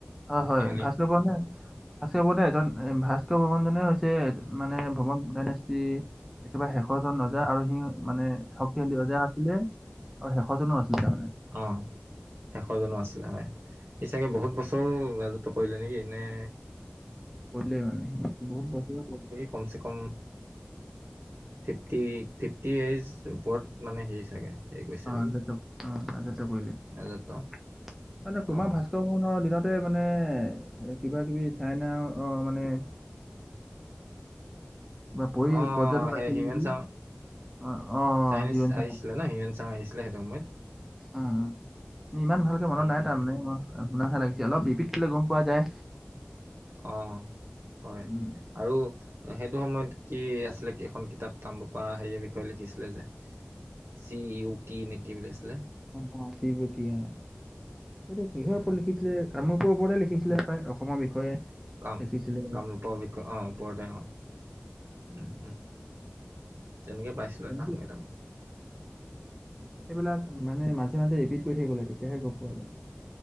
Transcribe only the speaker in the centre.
হয়
হয় ভাস্কৰ বৰ্নে ভাস্কৰ বৰ্নে এজন ভাস্কৰ বৰ্মন জনে হৈছে মানে ভমণ ডাইনেষ্টী একেবাৰে শেষৰজন ৰজা আৰু সি মানে শক্তিশালী ৰজা আছিলে, আৰু শেষৰ জনো আছিলে তাৰমানে।
কৰিলে মানে বহুত বছৰে ক
অ
<unintelligible> কৰিলি।
কুমা
ভাস্কৰ দিনতে মানে কিবা কিবি চাইনা অ মানে
কিবা পৰি
পৰ্যটক
আহিছিল
নেকি?
অ, অ,
হিউৱেন চাং।
অ অ ইমান ভালকে মনত
নাই তাৰমানে শুনা না লাগিছে অলপ ৰিপিট কৰিলে গম পোৱা যায়।
উম,
অ চি উ কি অ এইটো কিহৰ
ওপৰত লিখিছিলে কামৰূপৰ ওপৰতে লিখিছিলে অসমৰ বিষয়ে
লিখিছিলে।
তেনেকে
সেইবিলান মানে মাজে মাজে ৰিপিট কৰি থাকিব লাগে, তেতিয়াহে গম পোৱা যায়।